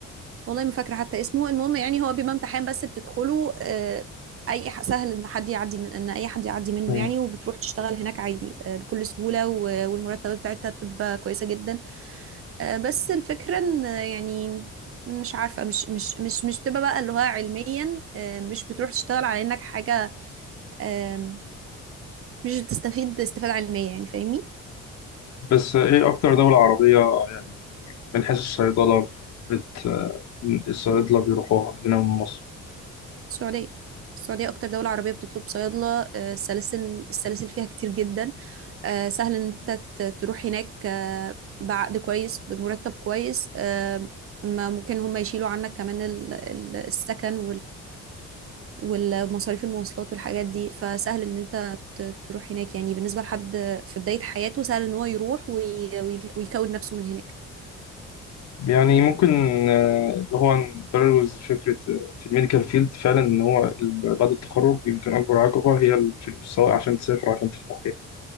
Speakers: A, on the right; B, on the left.
A: والله ما فاكرة حتى اسمه المهم يعني هو بيبقى امتحان بس بتدخله آه، اي ح- سهل ان حد يعدي من ان اي حد يعدي منه
B: مم.
A: يعني وبتروح تشتغل هناك عادي آه، بكل سهولة و- والمرتبات بتاعتها بتبقى كويسة جدا آه، بس الفكرة ان آه، يعني مش عارفة مش مش مش مش بتبقى بقى اللي هو علميا آه، مش بتروح تشتغل على انك حاجة آم، مش بتستفيد استفادة علمية يعني فاهمني
B: بس ايه اكتر دولة عربية يعني من حيث الصيدلة بت الصيادلة بيروحوها من هنا من مصر
A: السعودية السعودية أكتر دولة عربية بتطلب صيادلة آه، السلاسل السلاسل فيها كتير جدا آه، سهل إن أنت ت- تروح هناك آه، بعقد كويس بمرتب كويس آه، ما ممكن هم يشيلوا عنك كمان ال- ال- السكن والمصاريف المواصلات والحاجات دي فسهل ان انت ت- تروح هناك يعني بالنسبة لحد في بداية حياته سهل ان هو يروح وي- ويج- ويكون نفسه من هناك
B: يعني ممكن آه، اللي هو نبرز فكرة آه، في الميديكال فيلد فعلا إن هو ال- بعد التخرج يمكن أكبر عقبة هي الفلوس سواء عشان تسافر عشان تفتح